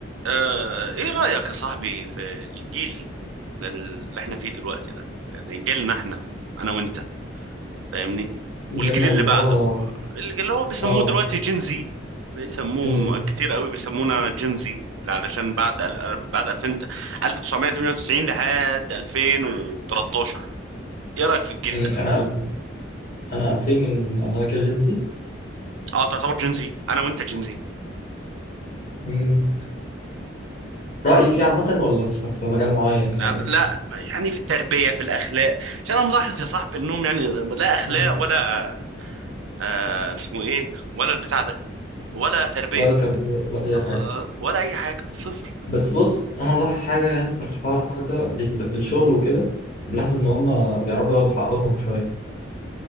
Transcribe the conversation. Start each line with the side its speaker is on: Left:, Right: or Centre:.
Right: آه، ايه رأيك يا صاحبي في الجيل اللي احنا فيه دلوقتي ده يعني جيلنا احنا انا وانت فاهمني
Left: جيلنا
Right: والجيل اللي
Left: اللي
Right: بعده
Left: هو
Right: اللي هو بيسموه
Left: اه
Right: دلوقتي جينزي بيسموه
Left: امم
Right: م- كتير قوي بيسمونا جينزي علشان بعد ال- بعد 2000 1998 لحد 2013 ايه رأيك في الجيل
Left: أمم،
Right: ده
Left: انا ألف... انا 2000 إن- يعني انا كده جنسي
Right: اه تعتبر جينزي انا وانت جينزي
Left: امم رأيي فيه عامة ولا في... في مجال معين
Right: لا
Left: يعني
Right: لا، يعني في التربية في الأخلاق عشان أنا ملاحظ يا صاحبي إنهم يعني لا أخلاق
Left: أمم،
Right: ولا آه اسمه ايه ولا البتاع ده ولا تربية
Left: ولا تربية ولا اي
Right: أخ...
Left: حاجة
Right: ولا اي حاجة صفر
Left: بس بص انا ملاحظ حاجة يعني في الحوار ده في, ال... في الشغل وكده ملاحظ ان هم بيعرفوا ياخدوا حقهم شوية